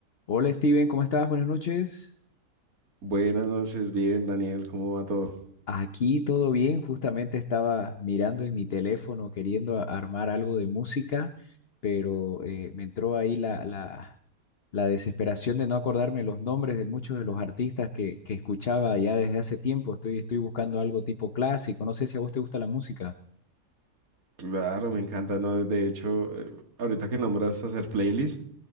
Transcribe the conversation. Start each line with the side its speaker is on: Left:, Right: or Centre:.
Left: Hola Steven, ¿cómo estás? Buenas noches.
Right: Buenas noches, bien, Daniel, ¿cómo va todo?
Left: Aquí todo bien, justamente estaba mirando en mi teléfono queriendo a- armar algo de música, pero eh, me entró ahí la, la, la desesperación de no acordarme los nombres de muchos de los artistas que, que escuchaba ya desde hace tiempo. Estoy, estoy buscando algo tipo clásico, no sé si a vos te gusta la música,
Right: Claro, me encanta, ¿no? De hecho, eh, ahorita que nombras hacer playlist,